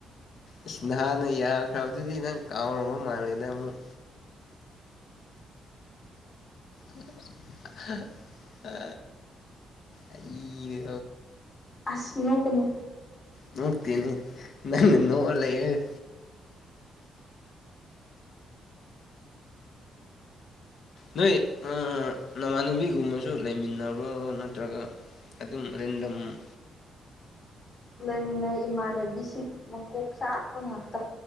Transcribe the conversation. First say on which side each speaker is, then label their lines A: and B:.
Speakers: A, on the left; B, on the left.
A: ꯏꯁ ꯅꯍꯥꯟꯅ ꯌꯥꯈ꯭ꯔꯕꯗꯨꯗꯤ ꯅꯪ ꯀꯥꯎꯔꯕ ꯃꯥꯜꯂꯦꯅ ꯑꯃꯨꯛ ꯅꯣꯛꯄ ꯑ ꯑ ꯑꯩꯗꯤ
B: ꯑꯁ ꯅꯣꯛꯀꯅꯨ
A: ꯅꯣꯛꯇꯦꯅꯦ ꯅꯪ ꯅꯣꯛꯑ ꯂꯩꯔꯦꯅꯦ ꯅꯣꯏ ꯅꯃꯥꯟꯅꯕꯤꯒꯨꯝꯕꯁꯨ ꯂꯩꯃꯤꯟꯅꯕ꯭ꯔꯣ ꯅꯠꯇ꯭ꯔꯒ ꯑꯗꯨꯝ ꯔꯦꯟꯗꯝ
B: ꯂꯩꯃꯤꯟꯅꯩ ꯏꯃꯥꯟꯅꯕꯤꯁꯤꯡ ꯃꯀꯣꯛ ꯆꯥꯛꯄ ꯉꯥꯛꯇ